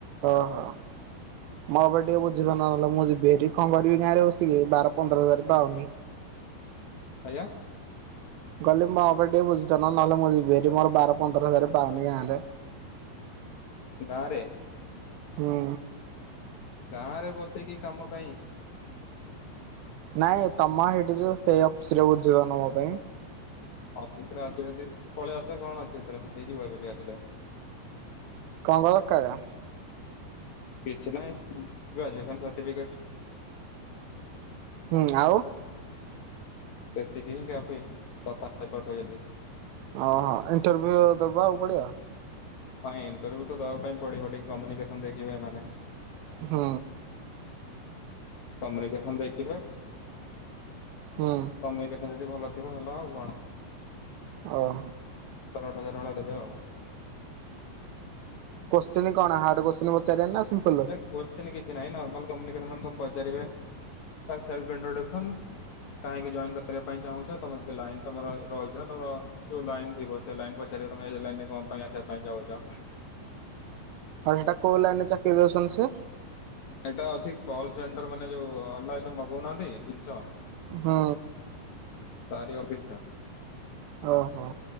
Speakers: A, on the right; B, on the left.
A: ଓହୋ ମୁଁ ଭାବି ଟିକେ ବୁଝି ଦଉନ ନହେଲେ ମୁଁ ଯିବି ସେଠିକି କଣ କରିବି ଗାଁରେ ବସିକି ବାର ପନ୍ଦର ହଜାର ପାଉନି।
B: ଆଜ୍ଞା।
A: କହିଲି ମୋ ପାଇଁ ଟିକେ ବୁଝି ଦଉନ ନହେଲେ ମୁଁ ଯିବି ହେରି ମୋର ବାର ପନ୍ଦର ହଜାର ପାଉନି ଗାଁରେ।
B: ଏଇ ଗାଁରେ
A: ହୁଁ।
B: ଗାଁ ରେ ବସିକି କାମ କାହିଁ।
A: ନାଇଁ ତମ ହେଇଠି ଯୋଉ ସେଇ ଅଫିସରେ ବୁଝି ଦଉନ ମୋ ପାଇଁ।
B: ଅଫିସ ରେ ଆସିବ ଯଦି ପଳେଇ ଆସ କଣ ଅଛି ଏଥିରେ ହେଇଯିବ ଏବେବି ଆସିଲେ।
A: କଣ କଣ ଦରକାର?
B: କିଛି ନାହିଁ ଗ୍ରାଜୁଏସନ ସାର୍ଟିଫିକେଟ।
A: ହୁଁ ଆଉ
B: ସେତିକି ହିଁ କାଫି <inaudible>
A: ଓହୋ। ଇଣ୍ଟର୍ଭ୍ୟୁ ଦବାକୁ ପଡିବ?
B: ହଁ ଇଣ୍ଟରଭ୍ୟୁ ତ ଦବା ପାଇଁ ପଡିବ ଟିକେ କମ୍ୟୁନିକେସନ ଦେଖିବେ ଏମାନେ।
A: ହୁଁ।
B: କମ୍ୟୁନିକେସ ସନ୍ ଦେଖିବେ କମୁନିକେସ
A: ହୁଁ।
B: ଯଦି ଭଲ ଥିବ ହେଲ ଆଉ କଣ।
A: ଓହୋ।
B: ପନ୍ଦର ହଳ ଦେବେ ଆଉ।
A: କୋଶ୍ଚିନ କଣ ହାର୍ଡ କୋଶ୍ଚିନ ପଚାରିବେ ନା ସିମ୍ପଲ?
B: ଆରେ କୋଶ୍ଚିନ କିଛି ନାଇଁ ନର୍ମାଲ କମ୍ୟୁନିକେସନ ସନ୍ ପଚାରିବେ ସେଲ୍ଫ ଇଣ୍ଟ୍ରୋଡକସନ୍ କାହିଁକି ଜଏନ କରିବା ପାଇଁ ଚାହୁଁଛ ତମର ଯଦି ଲାଇନ ତମର ରହିଛି ତମର ଯୋଉ ଲାଇନ ଥିବ ସେ ଲାଇନ ପଚାରିବେ ତମେ ଲାଇନ କଣ ପାଇଁ ଆସିବା ପାଇଁ ଚାହୁଁଛ।
A: ଆଉ ସେଟା କୋଉ ଲାଇନରେ ଚାକିରୀ ଦଉଛନ୍ତି ସେ?
B: ଏଇଟା ଅଛି କଲ ସେଣ୍ଟର ମାନେ ଯୋଉ ଅନଲାଇନରେ ମଗଉନାହାଁନ୍ତି ଜିନିଷ
A: ହଁ।
B: ତାରି ଅଫିସ ଟା।
A: ଓହୋ।